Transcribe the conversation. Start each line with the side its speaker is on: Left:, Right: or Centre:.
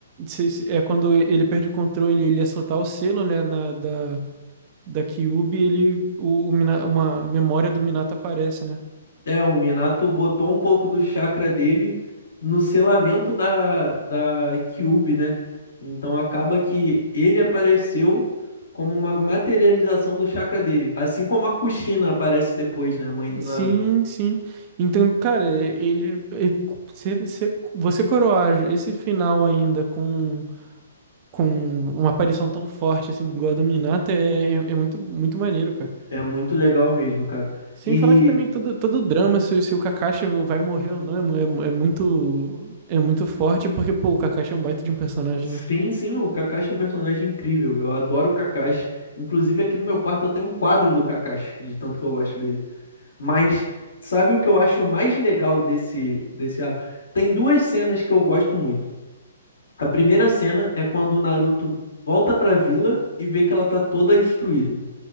Right: se- se- é quando ele perde o controle e ele ia soltar o selo, né, na- da, da Kyuubi, ele, o, o Mina- uma memória do Minato aparece, né?
Left: É, o Minato botou um pouco do chakra dele no selamento da, da Kyuubi, né? Então acaba que ele apareceu como uma materialização do chakra dele, assim como a Kushina aparece depois, né, a mãe do
Right: Sim,
Left: Naruto.
Right: sim. Então, cara, ele, ele- se- se- você coroar esse final ainda com, com uma aparição tão forte assim, igual a do Minato, é, é, é muito, muito maneiro, cara.
Left: É muito legal mesmo, cara.
Right: Sem
Left: E
Right: falar que também todo, todo o drama, se, se o Kakashi vai morrer ou não, é, mu- é, mu- é muito, é muito forte, porque, pô, o Kakashi é um baita de um personagem,
Left: Sim,
Right: né?
Left: sim, o Kakashi é um personagem incrível. Eu adoro o Kakashi. Inclusive, aqui no meu quarto eu tenho um quadro do Kakashi, de tanto que eu gosto dele. Mas sabe o que eu acho mais legal desse, desse arco? Tem duas cenas que eu gosto muito. A primeira cena é quando o Naruto volta pra vila e vê que ela tá toda destruída.